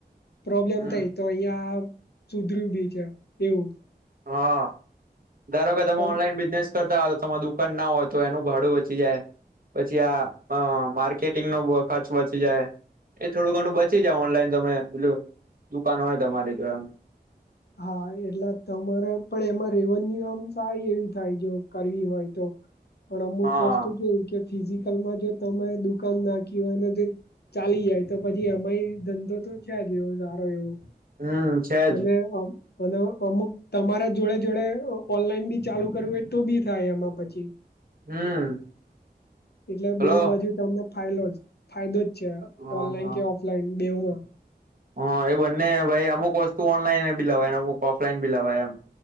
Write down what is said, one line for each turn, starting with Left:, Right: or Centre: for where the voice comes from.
Left: પ્રોબ્લેમ
Right: હમ
Left: થાય તો અહિયાં સુધર્યું બી છે એવું
Right: હા ધારો કે તમે
Left: પણ
Right: ઓનલાઈન બિઝનેસ કરતા હોય તો તમાર દુકાન ના હોય તો એનું ભાડું બચી જાય પછી આ માર્કેટિંગ નો ખર્ચ બચી જાય એ થોડું ઘણું બચી જ ઓનલાઈન તમે બલું દુકાન હોય તમારી તો એમ
Left: હા એટલા તમારે પણ એમાં રેવન્યુ આમ સારી એવી થાય જો કરવી હોય તો પણ અમુક
Right: હા
Left: વસ્તુ જોય કે ફિઝિકલમાં જો તમે દુકાન નાખી હોયને જે ચાલી જાય તો પછી અમારી ધંધો તો છે જ એવો સારો એવો
Right: હમ છે
Left: તમે
Right: જ
Left: અને અમુક તમારા જોડે જોડે ઓનલાઈન બી ચાલુ કરવું હોય તો બી થાય એમાં પછી
Right: હમ
Left: એટલે
Right: હલો
Left: બેવ બાજુ તમને ફાયલો જ ફાયદો જ છે
Right: હા
Left: ઓનલાઈન
Right: હા
Left: કે ઓફલાઈન બેવમાં
Right: હા એ બંને ભાઈ અમુક વસ્તુ ઓનલાઈન બી લવાય અમુક ઓફલાઈન બી લવાય એમ